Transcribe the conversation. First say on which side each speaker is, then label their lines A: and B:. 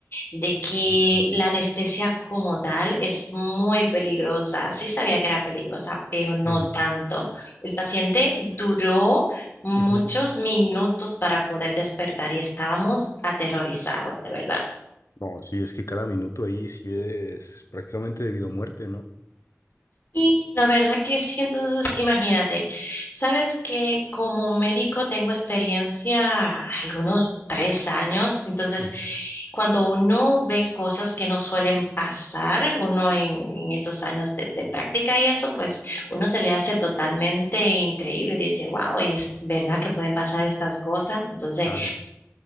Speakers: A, on the left; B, on the left.
A: de que
B: bien.
A: la anestesia como tal es muy peligrosa. Sí sabía que era peligrosa, pero
B: Sí.
A: no tanto. El paciente duró muchos
B: Ujú.
A: minutos para poder despertar y estábamos aterrorizados, de verdad.
B: No, sí, es que cada minuto ahí sí es prácticamente debido a muerte, ¿no?
A: Y la verdad que sí, entonces imagínate, sabes que como médico tengo experiencia algunos tres años, entonces
B: Sí.
A: cuando uno ve cosas que no suelen pasar, uno en, en esos años de, de práctica y eso, pues uno se le hace totalmente increíble. Dice, wow, y es verdad que pueden pasar estas cosas. Entonces,
B: Claro.